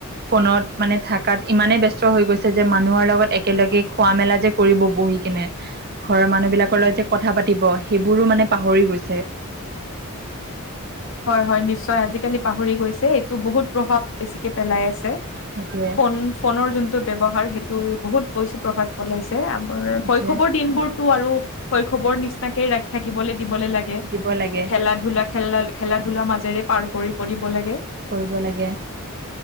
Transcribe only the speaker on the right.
ফোনত মানে থকাত ইমানে ব্যস্ত হৈ গৈছে যে মানুহৰ লগত একেলগে খোৱা মেলা যে কৰিব বহি কিনে ঘৰৰ মানুহ বিলাকৰ লগত যে কথা পাতিব, সেইবোৰো মানে পাহৰি গৈছে।
সেইটোৱে
সেইটোৱে
দিব লাগে
কৰিব লাগে,